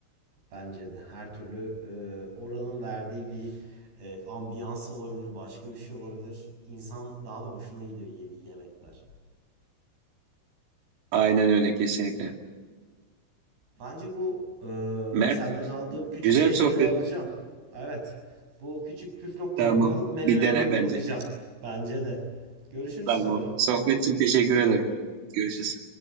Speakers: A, on the right (about 50°); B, on the right (about 70°).
A: Bence de. Her türlü e, oranın verdiği bir e, ambiyans olabilir, başka bir şey olabilir. İnsan daha da hoşuna gidiyor yediği yemekler.
B: Aynen öyle kesinlikle.
A: Bence bu e,
B: Mert
A: senden aldığım küçük
B: güzel
A: şeyleri
B: bir sohbet.
A: alacağım. Evet. Bu küçük püf noktalarını
B: Tamam.
A: alıp menemenimde
B: Bir dene
A: uygulayacağım.
B: bence.
A: Bence de. Görüşürüz
B: Tamam.
A: sonra.
B: Sohbet için teşekkür ederim. Görüşürüz.